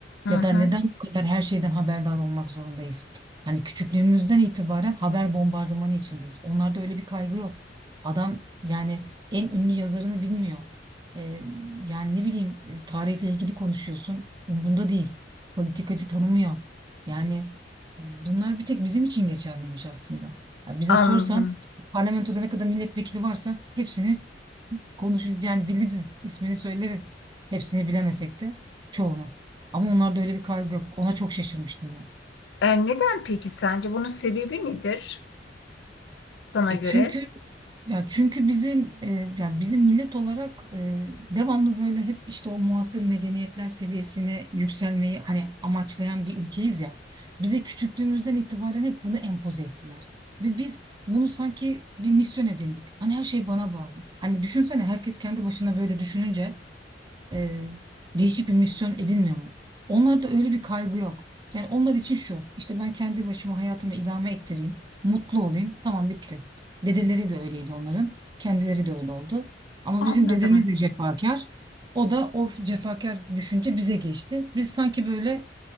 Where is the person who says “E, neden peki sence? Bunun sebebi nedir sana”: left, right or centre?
Left